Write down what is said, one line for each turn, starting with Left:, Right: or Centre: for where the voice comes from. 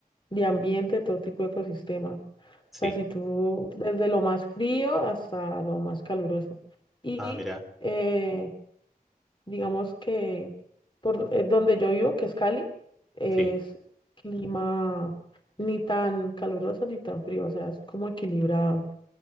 Left: de ambiente, todo tipo de ecosistema.
Centre: Sí.
Left: O sea, si tú, desde lo más frío hasta lo más caluroso. Y
Centre: Ah, mira,
Left: eh, digamos que por eh, donde yo vivo, que es Cali, es
Centre: sí,
Left: clima ni tan caluroso ni tan frío, o sea, es como equilibrado.